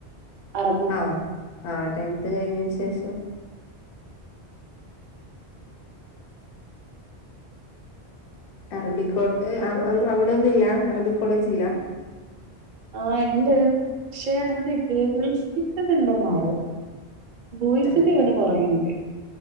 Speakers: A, on the right; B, on the left.
A: അറബിക്
B: ആ ആ ടെൻത് കഴിഞ്ഞിന് ശേഷം. അറബിക്കോളേ അവിടൊന്നുല്ല അറബിക് കോളേജ് ഇല്ല.
A: ആ ഇണ്ട് ക്ഷേ അങ്ങനെ ഗേൾസിന്റെത് ഇണ്ടോന്നാവോ. ബോയ്സിന്റെ
B: ആഹ്
A: ഇവിടെ കുറെണ്ട്.